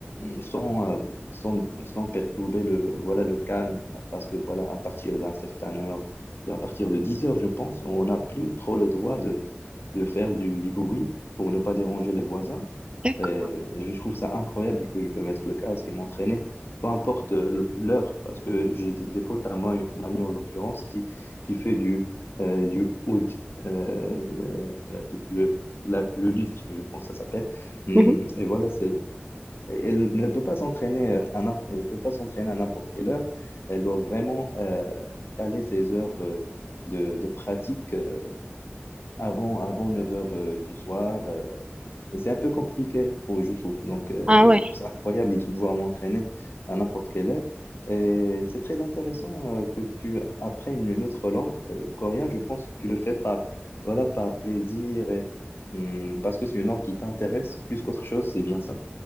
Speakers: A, on the left (about 65°); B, on the right (about 25°).
A: sans, euh, sans, sans perturber le, voilà, le calme, parce que voilà, à partir d'un certain heure, à partir de 10 heures, je pense, on n'a plus trop le droit de faire du, du bruit pour ne pas déranger les voisins.
B: d'accord.
A: Et je trouve ça incroyable que je peux mettre le casque et m'entraîner, peu importe euh, l'heure, parce que j'ai des, des potes à moi, une amie en l'occurrence, qui, qui fait du, euh, du oud, euh, le, le- la- le luth, je pense que ça s'appelle. Hum,
B: Mhm.
A: Et voilà, c'est. Elle ne peut pas s'entraîner euh, à, n'im- elle peut pas s'entraîner à n'importe quelle heure. Elle doit vraiment euh, caler ses heures euh, de, de pratique euh, avant, avant 9 heures euh, du soir. euh, et c'est un peu compliqué, pour, je trouve. Donc, euh,
B: Ah ouais.
A: je trouve ça incroyable de pouvoir m'entraîner à n'importe quelle heure. Et c'est très intéressant euh, que tu apprennes une autre langue, euh, le coréen. Je pense que tu le fais par, voilà, par plaisir et hum, parce que c'est une langue qui t'intéresse plus qu'autre chose, c'est bien ça?